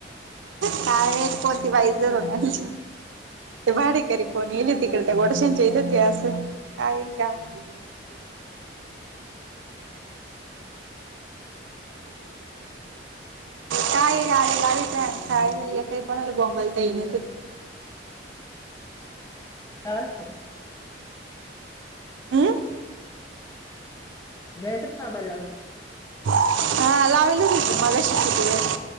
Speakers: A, on the right (about 80°); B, on the left (about 20°).
A: काय नाही कोणती बाईस जर होणारली. ते भाडेकरी फोन येले तिकडे तर गोडशांच्या येत होती असं काय का? <inaudible> काही लालेलावी प खय काही पणाला बॉमबल तन
B: एव
A: हम.
B: द्यायचं बाबाला
A: हा लावलच होतं मला्या शिकला.